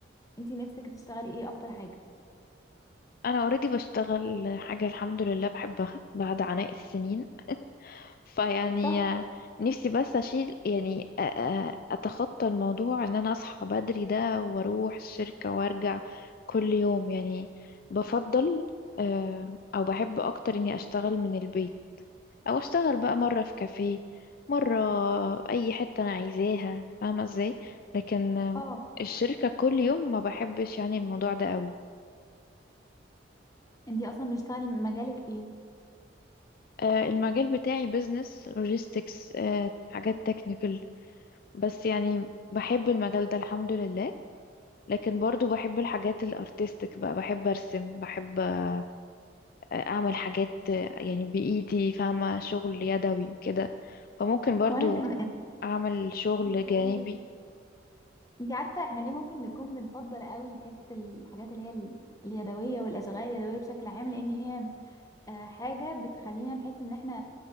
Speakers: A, on the left (about 20°); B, on the left (about 50°).
A: انتي نفسك تشتغلي ايه اكتر حاجه
B: انا اوريدي بشتغل حاجه الحمد لله بحبها بعد عناء السنين فيعني
A: صح
B: آه، نفسي بس اشيل يعني أ- أ- اتخطى الموضوع ان انا اصحى بدري ده واروح الشركه وارجع كل يوم يعني بفضل آه، او بحب اكتر اني اشتغل من البيت او اشتغل بقى مره في كافيه مره اي حته انا عايزاها فاهمه ازاي لكن آه،
A: اه
B: الشركه كل يوم ما بحبش يعني الموضوع ده قوي
A: انتي اصلا بتشتغلي مجالك ايه
B: آه، المجال بتاعي بيزنس لوجيستكس حاجات تكنيكال بس يعني بحب المجال ده الحمد لله لكن برضو بحب الحاجات الارتستيك بقى بحب ارسم بحب آه، اعمل حاجات آه، يعني بايدي فاهمة شغل يدوي وكده فممكن برضو
A: وانا كمان
B: اعمل شغل
A: تمام.
B: جانبي
A: انتي عارفه احنا ليه ممكن نكون بنفضل قوي حته الحاجات اللي هي ال- اليدويه والاشغال اليدويه بشكل عام لان هي آه، حاجة بتخلينا نحس ان احنا